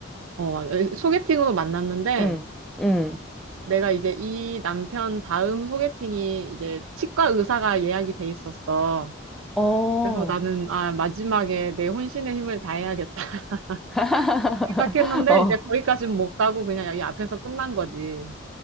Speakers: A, on the right; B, in the centre.
A: 어, 소개팅으로 만났는데
B: 응, 응,
A: 내가 이제 이 남편 다음 소개팅이 이제 치과 의사가 예약이 돼 있었어.
B: 어.
A: 그래서 나는, 아, 마지막에 내 혼신의 힘을 다해야겠다 <laughs>
B: <laughs>
A: 생각했는데
B: 어.
A: 이제 거기까지는 못 가고 그냥 여기 앞에서 끝난 거지.